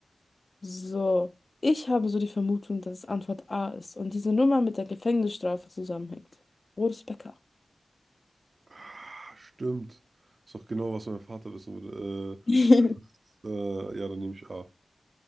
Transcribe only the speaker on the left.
so. Ich habe so die Vermutung, dass es Antwort A ist und diese Nummer mit der Gefängnisstrafe zusammenhängt. Boris Becker.
<laughs>